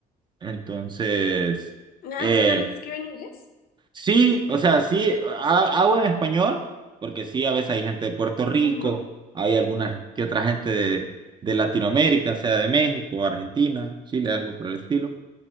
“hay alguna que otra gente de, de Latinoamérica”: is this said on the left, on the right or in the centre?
Right